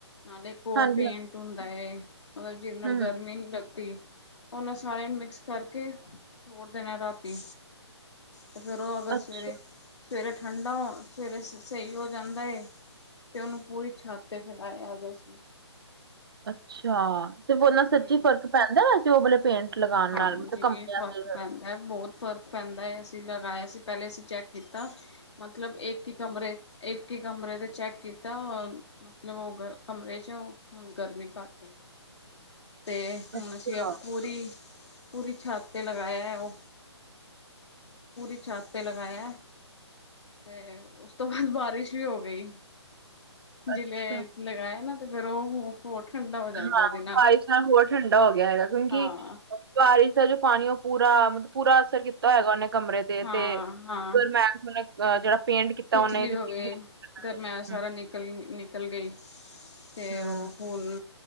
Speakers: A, on the left (about 75°); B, on the right (about 55°).
A: ਨਾਲ ਇੱਕ ਹੋਰ
B: ਹਾਂਜੀ
A: ਪੇਂਟ ਹੁੰਦਾ ਹੈ ਮਤਲਬ ਜਿਹਦੇ ਨਾਲ
B: ਹਮ
A: ਗਰਮੀ
B: ਹਮ।
A: ਨਹੀਂ ਲੱਗ ਤੇ ਉਹਨਾਂ ਸਾਰਿਆਂ ਨੂੰ ਮਿਕਸ ਕਰਕੇ ਛੋੜ ਦੇਣਾ ਰਾਤੀ ਤੇ ਫੇਰ ਉਹ ਅਗਰ ਸਵੇਰੇ
B: ਅੱਛਾ
A: ਸਵੇਰੇ ਠੰਡਾ ਹੋ ਸਵੇਰੇ ਸਹੀ ਹੋ ਜਾਂਦਾ ਏ ਤੇ ਉਹਨੂੰ ਪੂਰੀ ਛੱਤ ਤੇ ਫੈਲਾਇਆ ਗਿਆ ਸੀ
B: ਅੱਛਾ! ਤੇ ਬੋਲਨਾ ਸੱਚੀ
A: ਹੂੰ।
B: ਫ਼ਰਕ ਪੈਂਦਾ ਏ ਉਹ ਪੇਂਟ ਲਗਾਉਣ
A: ਹਾਂਜੀ
B: ਨਾਲ ਮਤਲਬ ਕੰਪਨੀਆਂ
A: ਫ਼ਰਕ
B: ਦੇ
A: ਪੈਂਦਾ ਹੈ ਬਹੁਤ ਫ਼ਰਕ ਪੈਂਦਾ ਹੈ ਅਸੀਂ ਲਗਾਇਆ ਸੀ ਪਹਿਲੇ ਅਸੀਂ ਚੈੱਕ ਕੀਤਾ ਮਤਲਬ ਇੱਕ ਹੀ ਕਮਰੇ ਇੱਕ ਹੀ ਕਮਰੇ ' ਚੈੱਕ ਕੀਤਾ ਮਤਲਬ ਉਹ ਕਮਰੇ ' ਹੁਣ ਗਰਮੀ ਘੱਟ ਹੇ ਤੇ ਹੁਣ
B: ਅੱਛਾ
A: ਅਸੀਂ ਪੂਰੀ ਪੂਰੀ ਛੱਤ ' ਤੇ ਲਗਾਇਆ ਉਹ ਪੂਰੀ ਛੱਤ ਉਤੇ ਲਗਾਇਆ ਤੇ ਉਸ ਤੋਂ ਬਾਅਦ ਬਾਰਿਸ਼ ਵੀ ਹੋ ਗਈ
B: ਅੱਛਾ
A: ਜਿਲੇ ਲਗਾਇਆ ਨਾ ਅਤੇ ਫਿਰ ਉਹ ਹੋਰ ਠੰਡਾ ਹੋ ਜਾਏਗਾ
B: ਹਾਂ
A: ਉਹਦੇ
B: ਬਾਰਿਸ਼ ਨਾਲ ਹੋਰ ਠੰਡਾ ਹੋ ਗਿਆ ਹੈਗਾ ਕਿਉਂਕਿ
A: ਹਾਂ
B: ਬਾਰਿਸ਼ ਦਾ ਜੋ ਪਾਣੀ ਉਹ ਪੂਰਾ ਮਤਲਬ ਪੂਰਾ ਅਸਰ ਕੀਤਾ ਹੈਗਾ ਉਹਨੇ ਕਮਰੇ ਤੇ
A: ਹਾਂ
B: ਤੇ
A: ਹਾਂ
B: ਗਰਮੇਸ ਮੈਂ ਹੁਣ ਆਹ ਜਿਹੜਾ ਪੇਂਟ ਕੀਤਾ
A: ਖਿਚਲੀ
B: ਉਹਨੇ ਦਿੱਤੀ
A: ਹੋਵੇ
B: ਵੀ ਹੈਗੀ ਗਰਮੈਸ਼
A: ਗਰਮੇਸ
B: ਹੂੰ
A: ਸਾਰਾ ਨਿਕਲ ਨਿਕਲ ਗਈ ਅਤੇ
B: ਹੂੰ
A: ਉਹ ਹੁਣ